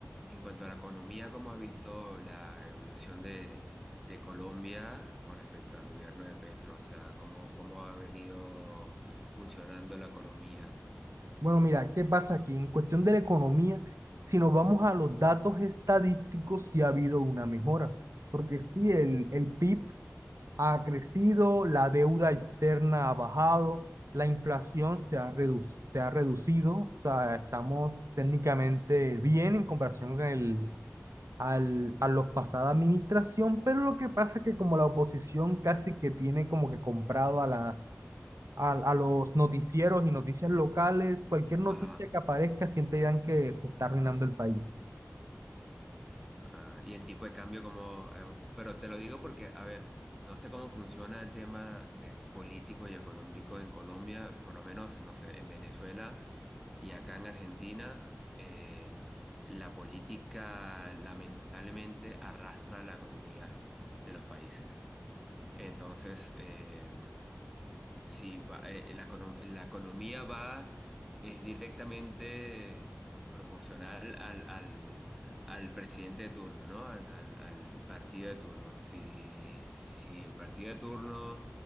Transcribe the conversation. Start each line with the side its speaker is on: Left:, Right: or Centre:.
Centre: en cuanto a la economía, ¿cómo has visto la evolución de, de Colombia con respecto al gobierno de Petro? O sea, ¿cómo, cómo ha venido funcionando la economía?
Right: Bueno, mira, ¿qué pasa aquí? En cuestión de la economía, si nos vamos a los datos estadísticos, sí ha habido una mejora, porque sí, el, el PIB ha crecido, la deuda externa ha bajado, la inflación se ha redu- se ha reducido, o sea, estamos técnicamente bien en comparación con el, al, a los pasada administración, pero lo que pasa es que como la oposición casi que tiene como que comprado a las a, a los noticieros y noticias locales, cualquier noticia
Centre: Ajá.
Right: que aparezca siempre dirán que se está arruinando el país.
Centre: Ah, y el tipo de cambio como... eh, pero te lo digo porque, a ver, no sé cómo funciona el tema de político y económico en Colombia, por lo menos, no sé, en Venezuela y acá en Argentina, eh, la política lamentablemente arrastra la economía de los países. Entonces, eh, sí, va- eh, la, econo- la economía va, es directamente proporcional al, al, al presidente de turno, ¿no? Al, al- al partido de turno. Si, si el partido de turno,